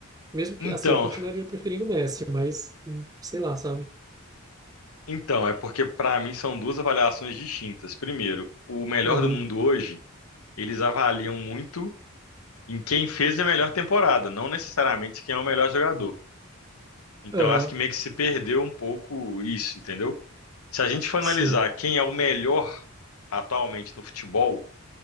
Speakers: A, on the right; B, on the left.
A: Mesmo que,
B: Então,
A: assim, eu continuaria preferindo o Messi, mas, hum, sei lá, sabe?
B: então é porque para mim são duas avaliações distintas. Primeiro, o melhor
A: Uhum,
B: do mundo hoje, eles avaliam muito em quem fez a melhor temporada, não necessariamente quem é o melhor jogador. Então,
A: aham,
B: acho que meio que se perdeu um pouco isso, entendeu? Se a gente for analisar
A: sim,
B: quem é o melhor atualmente no futebol,